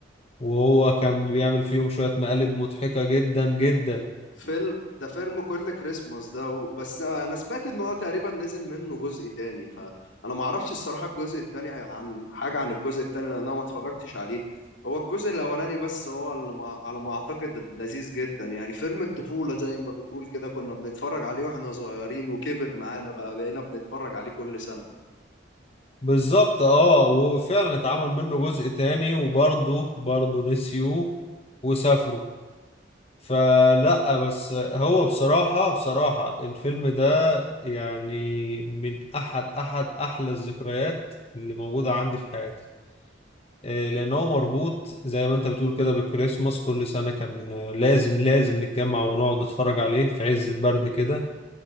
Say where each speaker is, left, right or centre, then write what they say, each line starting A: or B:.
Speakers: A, on the left (about 35°); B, on the left (about 80°).
A: وهو كان بيعمل فيهم شوية مقالب مضحكة جدا جدا
B: فيلم ده فيلم كل كريسماس ده و... بس انا سمعت ان هو تقريبا نزل منه جزء تاني فانا ما اعرفش الصراحه الجزء التاني عن حاجه عن الجزء التاني لان انا ما اتفرجتش عليه هو الجزء الاولاني بس هو اللي ما... على ما اعتقد لذيذ جدا يعني فيلم الطفوله زي ما بتقول كده كنا بنتفرج عليه واحنا صغيرين وكبر معانا بقى بقينا بنتفرج عليه كل سنه
A: بالظبط اه وفعلا اتعمل منه جزء تاني وبرضه برضه نسيوه وسافروا فلا بس هو بصراحة بصراحة الفيلم ده يعني من أحد أحد أحلى الذكريات اللي موجودة عندي في حياتي آه، لأن هو مربوط زي ما أنت بتقول كده بالكريسماس كل سنة كان آه، لازم لازم نتجمع ونقعد نتفرج عليه في عز البرد كده